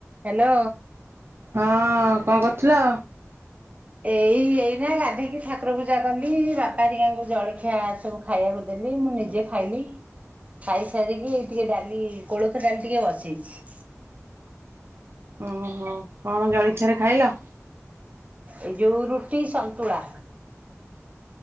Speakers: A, on the right; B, on the right.
A: Hello.
B: ହଁ କଣ କରୁଥିଲ?
A: ଏଇ ଏଇନା, ଗାଧେଇକି ଠାକୁର ପୂଜା କଲି, ବାପା ହେରିକାଙ୍କୁ ଜଳଖିଆ ସବୁ ଖାଇବାକୁ ଦେଲି ମୁଁ ନିଜେ ଖାଇଲି। ଖାଇସାରିକି, ଟିକେ ଡାଲି, କୋଳଥ ଡାଲି ଟିକେଏ ବସେଇଛି।
B: ଓହୋ କଣ ଜଳଖିଆରେ ଖାଇଲ?
A: ଏ ଯେଉଁ ରୁଟି, ସନ୍ତୁଳା।